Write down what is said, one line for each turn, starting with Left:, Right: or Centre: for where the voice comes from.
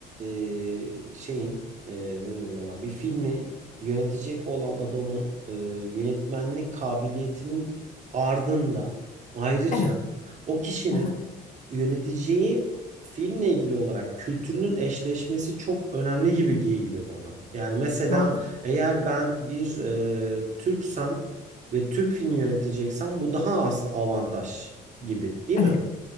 Right: e, şeyin e, ne denir ona? Bir filmi yönetecek olan adamın e, yönetmenlik kabiliyetinin ardında ayrıca
Left: Evet.
Right: o kişinin
Left: Hı hı.
Right: yöneteceği filmle ilgili olarak kültürünün eşleşmesi çok önemli gibi geliyor bana. Yani mesela
Left: Doğru.
Right: eğer ben bir e, Türksem ve Türk filmi yöneteceksem bu daha aslında avantaj gibi, değil
Left: Evet.
Right: mi?